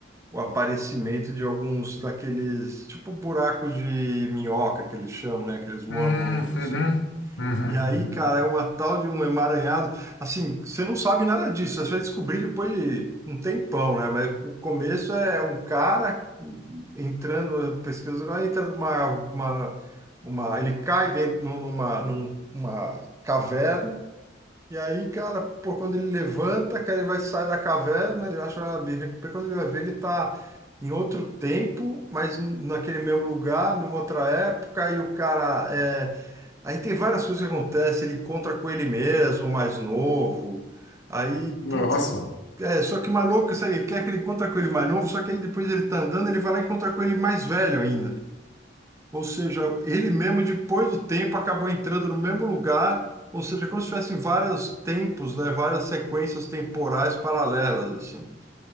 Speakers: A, on the right; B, on the left.
A: o aparecimento de alguns daqueles, tipo buracos de minhoca que eles chamam, né? Aqueles wormholes,
B: Hum,
A: assim.
B: uhum, uhum,
A: E aí,
B: uhum.
A: cara, é uma tal de um emaranhado. Assim, você não sabe nada disso. Você vai descobrir depois de um tempão, né? Mas o começo é um cara entrando, pesquisa, vai entra numa, uma, uma, ele cai dentro numa, numa caverna. E aí, cara, pô, quando ele levanta, cara, ele vai sair da caverna, ele acha uma birra. Porque Quando ele vai ver, ele tá em outro tempo, mas naquele mesmo lugar, numa outra época, e o cara é Aí tem várias coisas que acontecem, ele encontra com ele mesmo, mais novo. Aí, putz,
B: Nossa.
A: é, só que o maluco, sabe, quer que ele encontra com ele mais novo, só que aí depois ele tá andando, ele vai lá e encontra com ele mais velho ainda. Ou seja, ele mesmo, depois do tempo, acabou entrando no mesmo lugar, ou seja, é como se tivessem vários tempos, né, várias sequências temporais paralelas, assim.